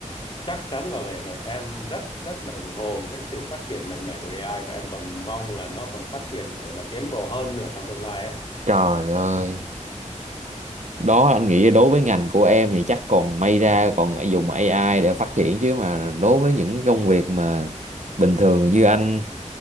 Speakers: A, on the left; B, on the right.
A: Chắc chắn là vậy rồi. Em rất rất là ủng hộ cái sự phát triển mạnh mẽ của AI và em còn mong là nó còn phát triển gọi là tiến bộ hơn nữa trong tương lai á.
B: Trời ơi, đó anh nghĩ đối với ngành của em thì chắc còn may ra còn dùng AI để phát triển chứ mà đối với những công việc mà bình thường như anh